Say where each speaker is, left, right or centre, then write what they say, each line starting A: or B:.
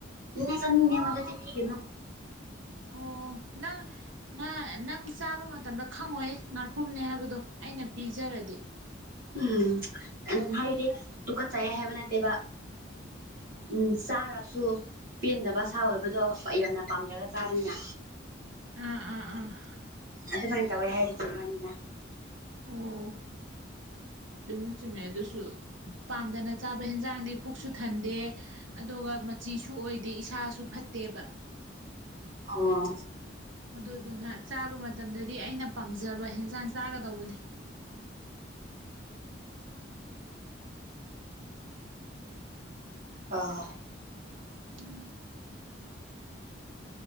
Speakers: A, on the right (about 45°); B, on the right (about 85°).
A: ꯏ ꯆꯦ ꯃꯗꯤ ꯄꯤꯅꯣ
B: ꯑꯣ ꯅ ꯅ ꯅꯪ ꯆꯥꯕ ꯃꯇꯝꯗ ꯈꯪꯉꯣꯏꯌꯦ ꯉꯥꯛꯄꯨꯝꯅꯦ ꯍꯥꯏꯕꯗꯣ ꯑꯩꯅ ꯄꯤꯖꯔꯗꯤ
A: ꯎꯝ ꯑꯗꯨꯅ ꯍꯥꯏꯕꯗꯤ ꯇꯨꯀꯠ ꯆꯥꯏꯌꯦ ꯍꯥꯏꯕ ꯅꯠꯇꯦꯕ ꯎꯝ ꯆꯥꯔꯁꯨ ꯄꯦꯟꯗꯕ ꯁꯥ ꯑꯣꯏꯕꯗꯣ ꯌꯥꯝꯅ ꯄꯥꯝꯗ꯭ꯔꯒ ꯆꯥꯔꯤꯅ
B: ꯎꯝ ꯎꯝ ꯎꯝ
A: ꯑꯗꯨꯃꯥꯏꯅ ꯇꯧꯋꯦ ꯍꯥꯏꯔꯤꯗꯤ ꯏꯕꯥꯅꯤꯗ
B: ꯑꯣ ꯆꯨꯝꯃꯦ ꯆꯨꯝꯃꯦ ꯑꯗꯨꯁꯨ ꯄꯥꯝꯗꯅ ꯆꯥꯕ ꯍꯟꯖꯥꯡꯗꯤ ꯄꯨꯛꯁꯨ ꯊꯟꯗꯦ ꯑꯗꯨꯒ ꯃꯆꯤꯁꯨ ꯑꯣꯏꯗꯦ ꯏꯁꯥꯁꯨ ꯐꯠꯇꯦꯕ
A: ꯑꯣ
B: ꯑꯗꯨꯗꯨꯅ ꯆꯥꯕ ꯃꯇꯝꯗꯗꯤ ꯑꯩꯅ ꯄꯥꯝꯖꯕ ꯍꯟꯖꯥꯡ ꯆꯥꯒꯗꯧꯕꯅꯦ
A: <unintelligible>
B: <unintelligible>